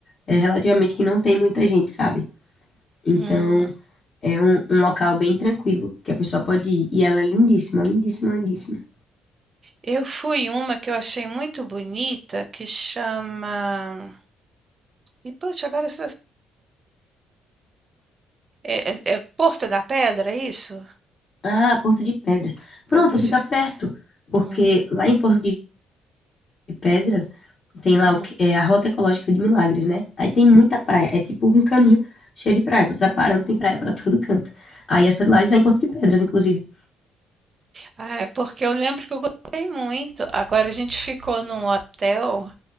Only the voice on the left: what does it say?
é, relativamente que não tem muita gente, sabe? Então
é um, um local bem tranquilo que a pessoa pode ir. E ela é lindíssima, lindíssima, lindíssima.
Ah, Porto de Pedras. Pronto,
fica perto. Porque
lá em Porto de de Pedras tem lá
o que é a Rota Ecológica de Milagres, né? Aí tem muita praia. É tipo um caminho cheio de praia. Você vai parando, tem praia pra todo canto. Aí a sua de Lages é em Porto de Pedras, inclusive.